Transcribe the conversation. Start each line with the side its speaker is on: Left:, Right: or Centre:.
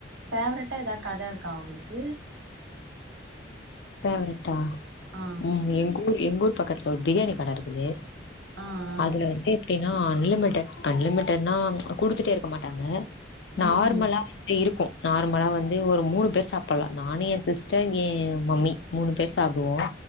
Right: ஃபேவரட்டா எதாவது கட இருக்கா உங்களுக்கு
Left: பேவரட்டா
Right: ஆ
Left: ம் எங்கூர் எங்கூர் பக்கத்துல ஒரு பிரியாணி கட இருக்குது
Right: ஆ ஆ
Left: அதுல வந்து எப்டின்னா அன்லிமிடட் அன்லிமிட்டட்னா குடுத்துட்டே இருக்க மாட்டாங்க நார்மலா
Right: ம்
Left: வந்து இருக்கு நார்மலா வந்து ஒரு மூணு பேர் சாப்பிட்லா நானு என் சிஸ்டர் எ மம்மி மூணு பேர் சாப்டுவோ